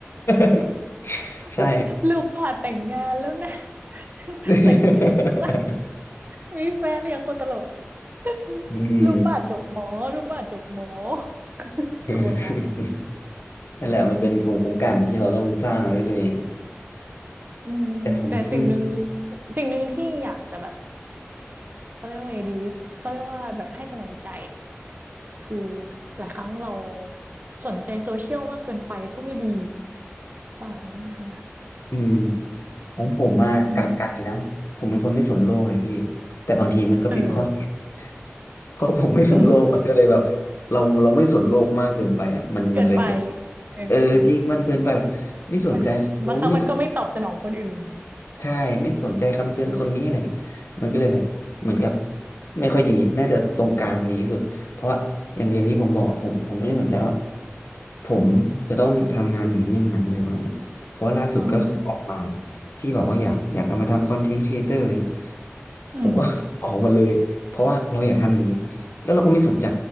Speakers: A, on the left (about 60°); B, on the right (about 40°).
A: <laughs>
B: <laughs>
A: ใช่
B: ลูกก็แต่งงานแล้วนะ <laughs>
A: <laughs>
B: แต่งหรือยังจ๊ะมีแฟนหรือยังโคตรตลกอ่ะ
A: อืม
B: <laughs> ลูกป้าจบหมอลูกป้าจบหมอ <laughs>
A: <laughs>
B: โคนหา
A: นั่นแหละมันเป็นภูมิคุ้มกันที่เราต้องสร้างมาด้วยตัวเอง
B: อืมแต่สิ่งหนึ่ง
A: แต่ผมอืม
B: สิ่งหนึ่งที่อยากจะแบบ เขาเรียกว่าไงดีเขาเรียกว่าแบบให้กำลังใจคือหลายครั้งเราสนใจโซเชียลมากเกินไปก็ไม่ดีสมัยนี้อนะ
A: อืม ของผมมากลับกันเลยนะผมเป็นคนไม่สนโลกเลยพี่
B: อืม
A: แต่บางทีมันก็เป็นข้อเสีย
B: เออ
A: เพราะผมไม่สนโลกมันก็เลยแบบ
B: อืม
A: เราเราไม่สนโลกมากเกินไปอ่ะมันมันเลยเป็น
B: เกินไปเออ
A: เออจริงมันเกินไปแบบไม่สนใจคนรู้นไม่
B: มันบางครั้งมันก็ไม่ตอบสนองคนอื่น
A: ใช่ไม่สนใจคำเตือนคนนี้อะไรอย่างงี้มันก็เลยแบบเหมือนกับไม่ค่อยดีน่าจะตรงกลางดีที่สุดเพราะอย่างอย่างที่ผมบอกอะผมผมไม่ได้สนใจว่าผมจะต้องทำงานอย่างนี้อย่างนั้นหรือว่าเนี่ยเพราะว่าล่าสุดก็คือออกมา
B: อืม
A: ที่บอกว่าอยากอยากจะมาทำคอนเทนต์ครีเอเตอร์อะไรเงี้ย
B: อืม
A: ผมก็ <laughs> ออกมาเลยเพราะว่าเราอยากทำอย่างนี้แล้วเราก็ไม่สนใจ